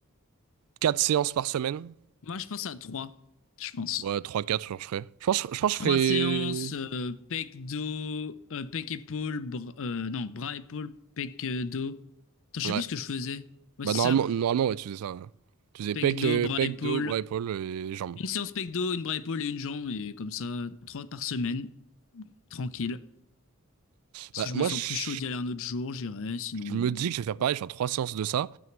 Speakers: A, on the right; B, on the left.
A: 4 séances par semaine.
B: Moi, je pense à trois, je pense.
A: Ouais, trois quatre genre, je ferais. Je pense, je pense
B: Trois
A: que je ferais...
B: séances, euh, pec dos, euh, pec épaule, br- euh, non bras épaule, pec euh, dos. Attends, je
A: Ouais.
B: sais plus ce que je faisais. Ouais,
A: Bah
B: c'est
A: normalement,
B: ça.
A: normalement ouais, tu faisais ça. ouais. Tu faisais
B: Pecdo,
A: pec, euh,
B: bras
A: pec,
B: épaule.
A: dos, bras, épaules et jambes.
B: Une séance pecdo, une bras épaule et une jambe. Et comme ça, trois par semaine. Tranquille. Si
A: Bah
B: je
A: moi,
B: me sens
A: je,
B: plus chaud d'y aller un autre jour, j'irai. Sinon,
A: je me
B: non.
A: dis que je vais faire
B: Voilà.
A: pareil, je vais faire trois séances de ça.